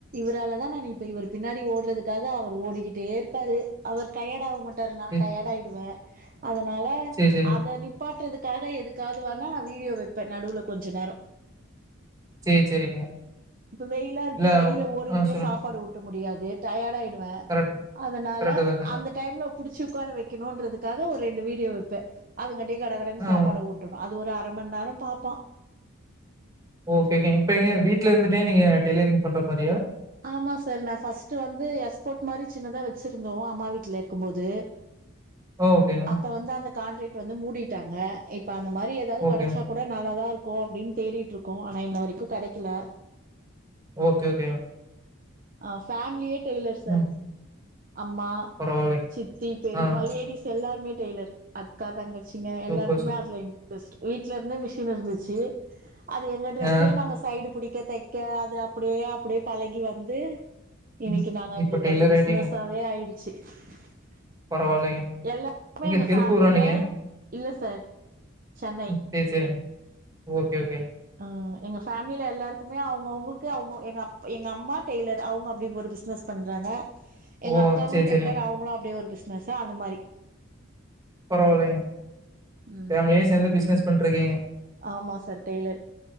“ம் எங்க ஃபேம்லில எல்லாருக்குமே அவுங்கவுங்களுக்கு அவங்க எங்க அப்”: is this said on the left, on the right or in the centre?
Right